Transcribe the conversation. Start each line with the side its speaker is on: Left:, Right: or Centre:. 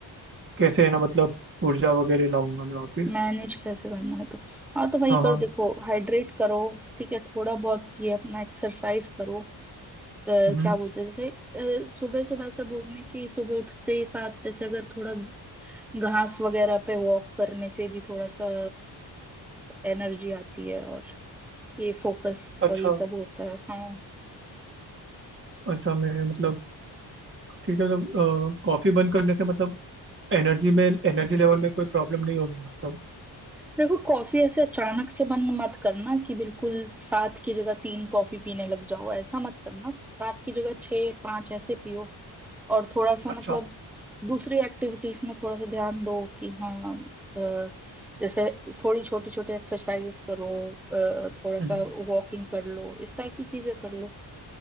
Right: कैसे है ना मतलब ऊर्जा वगैरह लाऊंगा मैं वापस
Centre: मैनेज कैसे करना है तो हाँ तो वही
Right: हाँ हाँ
Centre: करो देखो हाइड्रेट करो ठीक है थोड़ा बहुत ये अपना एक्सरसाइज करो अ,
Right: हम्म,
Centre: क्या बोलते हैं जैसे सुबह सुबह ऐसा बोलने की सुबह उठते ही साथ जैसे अगर थोड़ा घास वगैरह पे वॉक करने से भी थोड़ा सा एनर्जी आती है और ये फोकस
Right: अच्छा
Centre: और ये सब होता है हाँ
Right: अच्छा मैं मतलब ठीक है मतलब कॉफ़ी बंद करने से मतलब एनर्जी में एनर्जी लेवल में कोई प्रॉब्लम नहीं होगी मतलब
Centre: देखो कॉफी ऐसे अचानक से बंद मत करना कि बिल्कुल सात की जगह तीन कॉफी पीने लग जाओ ऐसा मत करना सात की जगह छः पांच ऐसे पियो और थोड़ा सा मतलब
Right: अच्छा
Centre: दूसरी एक्टिविटीज में थोड़ा सा ध्यान दो कि हाँ अ, जैसे थोड़ी छोटी छोटी एक्सरसाइजेस करो अ, थोड़ा सा
Right: हम्म।
Centre: वॉकिंग कर लो इस टाइप की चीजें कर लो